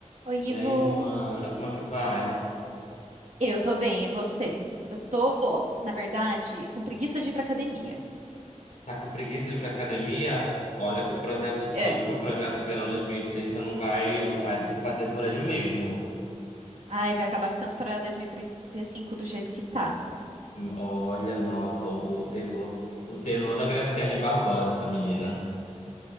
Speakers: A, on the right; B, on the left.
A: Oi,
B: E
A: Ivo.
B: aí, mana, como é que vai?
A: Eu tô bem, e você? Eu tô, na verdade, com preguiça de ir pra academia.
B: Tá com preguiça de ir pra academia? Olha que o projeto,
A: É.
B: olha que o projeto Verão 2030 não vai, não vai se fazer por ele mesmo.
A: Ai, vai acabar ficando pra 2035 do jeito que tá.
B: Olha, nossa, o, o terror, o terror da Graciane Barbosa, essa menina.